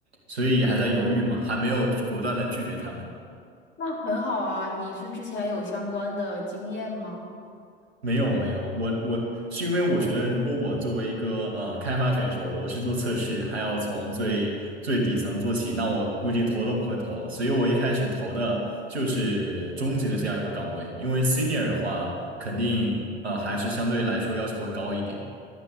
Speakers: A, on the right; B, on the left.
A: 所以还在犹豫嘛，还没有果断的拒绝他们。
B: 那很好啊，你是之前有相关的经验吗？
A: 没有没有，我我是因为我觉得，如果我作为一个呃开发选手，我去做测试，还要从最最底层做起，那我估计投都不会投，所以我一开始投的就是中级的这样一个岗位，因为 senior 的话，肯定呃还是相对来说要求会高一点。